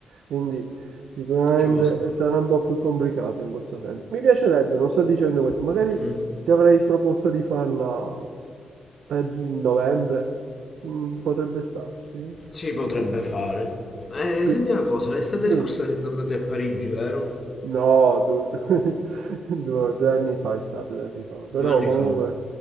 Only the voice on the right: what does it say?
quindi sicuramente
sarà un po' più complicato in questo senso. Mi piacerebbe, non sto dicendo questo, magari
ti avrei proposto di farla per novembre. Mm, potrebbe starci.
Pi-
Dimmi.
No, du- du- <laughs> due, due anni fa è stato, due anni fa.
Però
comunque